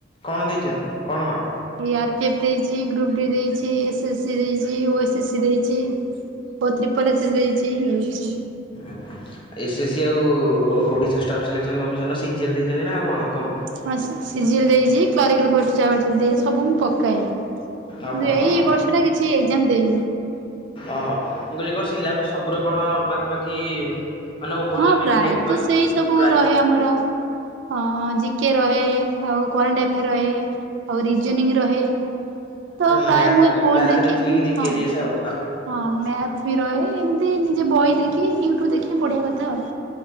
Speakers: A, on the left (about 25°); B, on the right (about 80°).
A: କଣ ଦେଇଛନ୍ତି କଣ କଣ?
B: ଇ ଆର୍ ପି ଏଫ୍ ଦେଇଚି, ଗ୍ରୁପ ଡି ଦେଇଚି, ଏସ ଏସ ସି ଦେଇଚି, ଓ ଏସ ସି ଦେଇଚି। ଓ ଟ୍ରିପଲ୍ ଏସି ଦେଇଚି। <unintelligible>
A: <unintelligible> ଏସ ସି ଆଉ ଓଡିଶା ଷ୍ଟାଫ ସିଲେକ୍ସନ କମିଶନ ର ସିଜିଏଲ ଦେଇଛନ୍ତି ନା ଆଉ କଣ?
B: ହଁ ସି ଜି ଏଲ ଦେଇଚି କ୍ଲରିକାଲ୍ ପୋଷ୍ଟ ଯାହା ବାହାରିଥିଲା ଦିଏ। ସବୁ ମୁଁ ପକାଏ। କିନ୍ତୁ
A: ଓହୋ
B: ଏଇ
A: ହଁ
B: ବର୍ଷ ଟା କିଛି ଏକ୍ଜାମ୍ ଦେଇନି।
A: ଓହୋ। ମୁଁ କହିଲି କଣ ସିଲାବସ୍ ସବୁର କଣ ପାଖାପାଖି ମାନେ ଓଭରଲାପିଂ
B: ହଁ ପ୍ରାୟତଃ
A: ଥାଏ କି
B: ସେଇ ସବୁ
A: ପ୍ରାୟ
B: ରହେ ଆମର। ହଁ ଜିକେ ରହେ, ଆଉ କରେଣ୍ଟ ଆଫେୟାର ରହେ। ଆଉ ରିଜନିଂ ରହେ। ତ
A: ହଁ
B: ପ୍ରାୟ
A: ମ୍ୟାଥରେ
B: ମୁଁ ଏ ଫୋନ
A: ମ୍ୟାଥ
B: ଦେଖିକିନି
A: ରିଜନିଂ
B: ହଁ।
A: <unintelligible>
B: ହଁ ମ୍ୟାଥ ବି ରହେ। ଏମତି ନିଜେ ବହି ଦେଖି ୟୁଟ୍ୟୁବ ଦେଖିକି ପଢିବା କଥା ଆଉ।